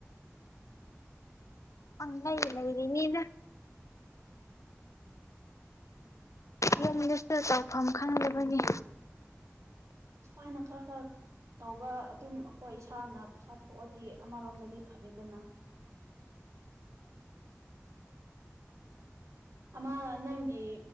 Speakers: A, on the left (about 85°); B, on the right (about 85°).
A: ꯄꯪꯂꯩ ꯂꯩꯕꯅꯤꯗ ꯌꯨꯝ ꯂꯤꯇꯦꯜ ꯇꯧꯐꯝ ꯈꯪꯗꯕꯒꯤ
B: ꯁꯃꯥꯏ ꯅꯈ ꯀ ꯇꯧꯕ ꯑꯗꯨꯝ ꯑꯩꯈꯣꯏ ꯏꯁꯥꯅ ꯄꯩꯁꯥ ꯊꯣꯛꯑꯗꯤ ꯑꯃꯔꯣꯝꯗꯗꯤ ꯐꯔꯦꯗꯅ ꯑꯃ ꯅꯪꯒꯤ